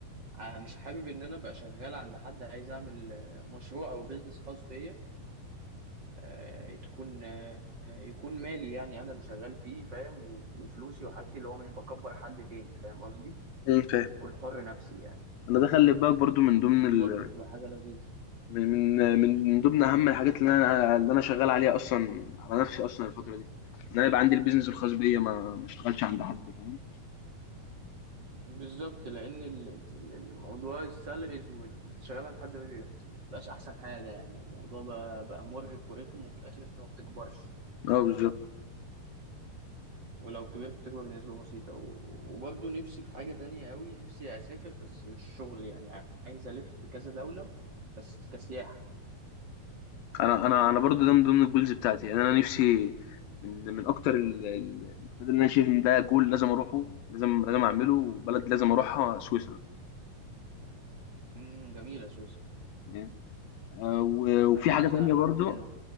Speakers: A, on the right (about 35°); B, on the left (about 80°).
A: آه، مش حابب ان انا ابقى شغال عند حد عايز اعمل آه، مشروع او بيزنس خاص بيا آه، تكون آه، يكون مالي يعني انا اللي شغال فيه فاهم و- وفلوسي وحاجتي اللي هو مش بكبر حد تاني فاهم قصدي
B: ايه فاهم
A: اكون حر نفسي يعني
B: انا ده خلي بالك برضو من ضمن
A: دي
B: ال...
A: برضو بتبقى حاجة لذيذة
B: من من من من ضمن اهم الحاجات اللي انا اللي انا شغال عليها اصلا على نفسي اصلا الفتره دي ان انا يبقى عندي البيزنس الخاص بيا ما ما اشتغلش عند حد فاهم
A: بالظبط لان ال- ال- الموضوع السالاريز وان انت شغال عند حد ما بيبقى- بقاش احسن حاجة يعني الموضوع بقى, بقى مرهق ورخم وفي الاخر انت ما بتكبرش
B: اه
A: فاهم
B: بالظبط
A: ولو كبرت بتكبر بنسبة بسيطة و- وبرضو نفسي في حاجة تانية قوي نفسي اسافر بس مش شغل يعني عايز الف في كذا دولة بس كسياحة
B: انا انا انا برضو ده من ضمن الجولز بتاعتي يعني انا نفسي من من اكتر ال- ال- البلد اللي انا شايف ان ده جول لازم اروحه لازم لازم اعمله وبلد لازم اروحها سويسرا
A: امم جميلة سويسرا
B: تمام؟ آه، و- وفي
A: انا
B: حاجه
A: انا
B: تانية
A: عايز
B: برضو